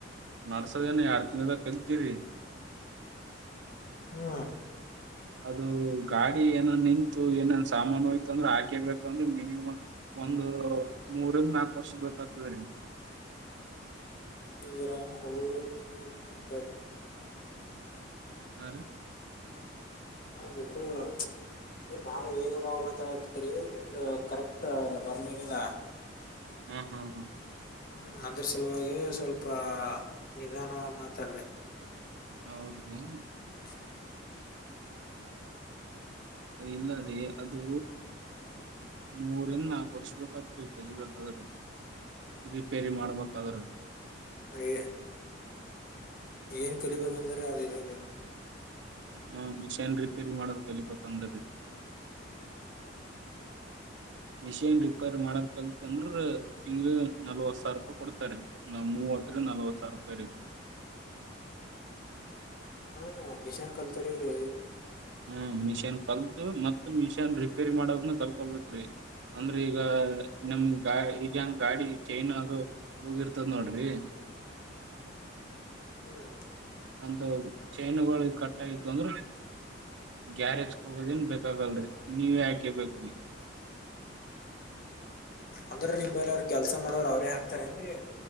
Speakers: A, on the right (about 65°); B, on the left (about 45°).
A: ನಡ್ಸದೇಏನ ಎಡ್ ತಿಿನದ ಕಲ್ತರಿ
B: ಹ್ಮ
A: ಅದು ಗಾಡಿ ಏನನ್ ನಿಂತು ಏನೇನ್ ಸಾಮಾನುೋಯ್ತು ಅಂದ್ರೆ ಹಾಕಿರ್ಬೇಕ ಅಂದ್ರೆ ಮಿನಿಮಮ್ ಒಂದು ಮೂರಂದ ನಾಕು ವರ್ಷ ಬೇಕ್ತದೆ
B: ನಿಜರಾಮ ಹಳೊಳಗೆ ನಿಂತು ನಿಂತು ಮಾತಾಡ್ರಿ
A: ಆ
B: ಗಕ್ಕಳ ಅಂದ್ರೆ ಬಾಳ ವೇಗವಾಗ ಮಾಂತಾತರಿ ನಿಮ್ದ ಕರೆಕ್ಟ್ ಬರ್ಮ ಇಿಲ್ಲ
A: ಹ್ಮ ಹ್ಮ್ ಹ್ಮ
B: ಹ್ಮ ಅದ್ರ ಸಲುವಾಗಿ ಸ್ವಲ್ಪ ನಿಧಾನವಗ್ ಮಾತಾಡ್ರಿ
A: ಹೌದ್ರೀ
B: <inaudible>
A: ಇಲ್ಲ ರೀ ಅದು ಮೂರಂದ ನಾಲ್ಕು ವರ್ಷ ತ್ರಿ ಕಲಿಬೇಕಾದ್ರ ರಿಪೇರಿ ಮಾಡ್ಬೇಕಾದ್ರೆ
B: ಎ ಏನ್ ಕಲಿಬೇಕಂದ್ರೆ <unintelligible>
A: ಹ್ಮ ಮಿಷನ್ ರಿಪೇರಿ ಮಾಡೋದ್ ಕಲಿಬೇಕಂದ್ರೀ ಮಿಷೇನ್ ರಿಪೇರ್ ಮಾಡಕ್ ಕಲ್ತೆ ಅಂದ್ರ ತಿಂಗಳ್ಗೆ ನಲ್ವತ್ ಸಾವಿರ ರೂಪಾಯಿ ಕೊಡ್ತಾರೆ ನಮ್ ಊ ಮೂವತ್ತ ರಿಂದ ನಲ್ವತ್ತ ಸಾವಾರ್ ರೂಪೇ ರಿ
B: ಹಾ ಮಿಷನ್ ಕಲ್ತರಿ ಲೆ
A: ಹ್ಮ ಮಿಷನ್ ಕಲ್ತು ಮತ್ ಮಿಷನ್ ರಿಪೇರಿ ಮಾಡದ್ನ ಕಲ್ಕೋಬೇಕ್ರೀ ಅಂದ್ರ ಈಗ ನಮ ಗಾ ಈಗಂಗ ಗಾಡಿ ಚೈನ್ ಅದು ಹೋಗಿರ್ತದ ನೋಡ್ರಿ <inaudible>
B: ಹ್ಮ್
A: ಅಂತು ಚೈನುಗಳು ಕಟ್ ಆಯಿತ್ತು ಅಂದ್ರೆ ಗ್ಯಾರೇಜ್ಗೆ ಹೋಗೋದೆನ್ ಬೇಕಾಗಲ್ರರಿ ನೀವೇ ಹಾಕೇ ಬೇಕ್ರಿ <inaudible>
B: ಅಂದ್ರ ನಿಮ್ದೇಲ್ಲ ಅವ್ರರು ಕೆಲ್ಸ ಮಾಡೋರು ಅವ್ರೇ ಹಾಕ್ತಾರ ಏನ್ರರಿ